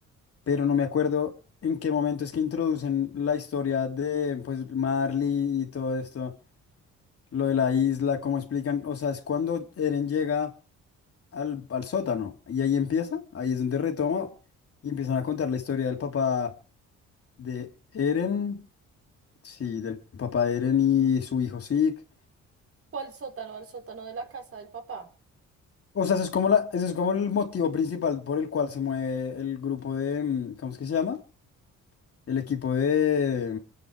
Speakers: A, on the left; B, on the right.
A: pero no me acuerdo en qué momento es que introducen la historia de, pues, Marley y todo esto, lo de la isla, cómo explican, o sea, es cuando Eren llega al, al sótano y ahí empieza, ahí es donde retomo y empiezan a contar la historia del papá de Eren, sí, del papá de Eren y su hijo Zeke.
B: ¿Cuál sótano? Al sótano de la casa del papá,
A: O sea, ese es como la, ese es como el motivo principal por el cual se mueve el grupo de, mm, ¿cómo es que se llama? El equipo de,